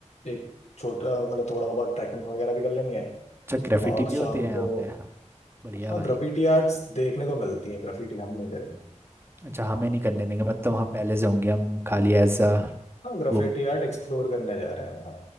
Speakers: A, on the left; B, on the right.
A: एक छोटा मतलब थोड़ा बहुत ट्रैकिंग वगैरह भी कर लेंगे
B: ग्रेफिटी
A: और
B: भी होती
A: शाम
B: है यहाँ
A: को
B: पे बढ़िया
A: हाँ
B: भाई
A: ग्राफिटी आर्ट्स देखने को मिलती हैं ग्राफिटी हम नहीं करेंगे
B: अच्छा हमें नहीं करने देंगे मतलब वहाँ पहले से होंगे हम खाली एज अ
A: हाँ ग्राफिटी
B: वो
A: आर्ट एक्सप्लोर करने जा रहे हैं वहाँ